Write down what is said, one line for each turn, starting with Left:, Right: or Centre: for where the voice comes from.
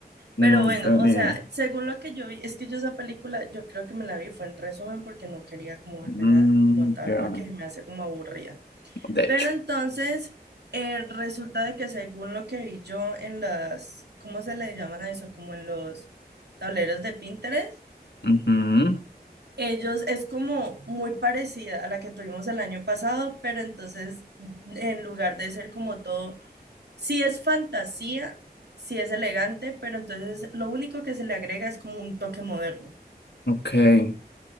Left: No
Right: Pero bueno,
Left: tengo
Right: o
Left: ni
Right: sea,
Left: idea.
Right: según lo que yo vi, es que yo esa película, yo creo que me la vi, fue en resumen porque no quería como vérmela
Left: Mm,
Right: como tal,
Left: ya,
Right: porque se me hace como aburrida.
Left: De hecho.
Right: Pero entonces, eh, resulta de que según lo que vi yo en las, ¿cómo se le llaman a eso? Como en los tableros de Pinterest,
Left: Ujú,
Right: ellos es como muy parecida a la que tuvimos el año pasado, pero entonces en lugar de ser como todo, sí es fantasía, sí es elegante, pero entonces lo único que se le agrega es como un toque moderno.
Left: Ok.